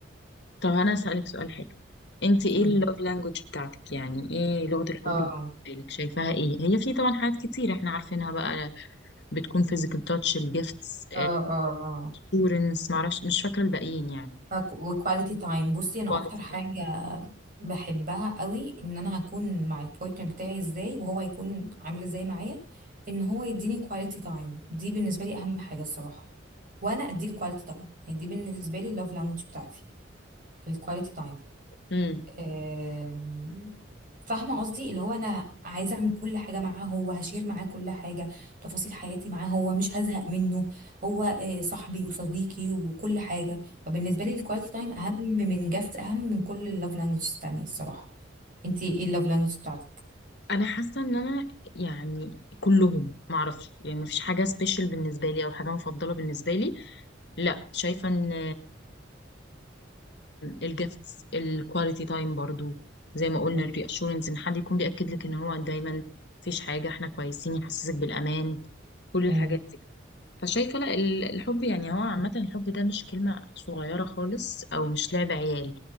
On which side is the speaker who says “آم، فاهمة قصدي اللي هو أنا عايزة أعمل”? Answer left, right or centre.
Right